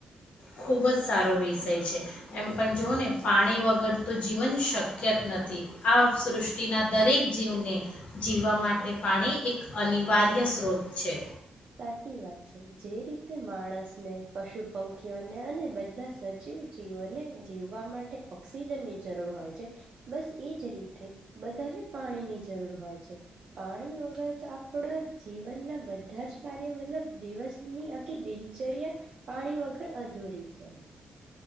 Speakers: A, on the left (about 60°); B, on the right (about 45°).
A: ખૂબ જ સારો વિષય છે. એમ પણ જોઓ ને પાણી વગર તો જીવન શક્ય જ નથી. આ સૃષ્ટિના દરેક જીવને જીવવા માટે પાણી એક અનિવાર્ય સ્ત્રોત છે.
B: સાચી વાત છે. જે રીતે માણસને, પશુ, પંખીઓને અને બધા સજીવ જીવને જીવવા માટે ઓક્સિજનની જરૂર હોય છે. બસ એ જ રીતે બધાને પાણીની જરૂર હોય છે. પાણી વગર તો આપણા જીવનના બધા જ કાર્યો મતલબ દિવસની આખી દિનચર્યા પાણી વગર અધૂરી છે.